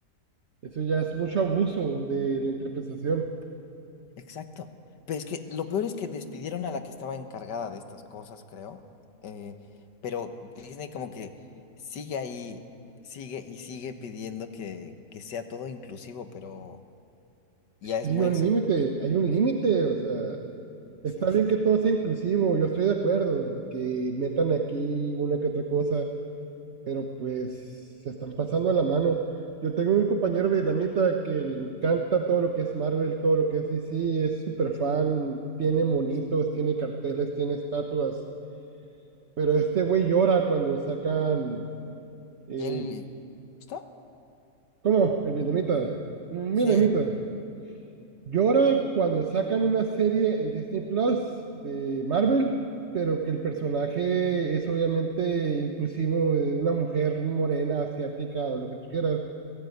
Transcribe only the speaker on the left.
Exacto. Pero es que lo peor es que despidieron a la que estaba encargada de estas cosas, creo. eh, pero Disney como que sigue ahí, sigue y sigue pidiendo que, que sea todo inclusivo, pero ya
es muy
exacto.
Sí, sí,
sí.
¿Y él gusta?
Sí,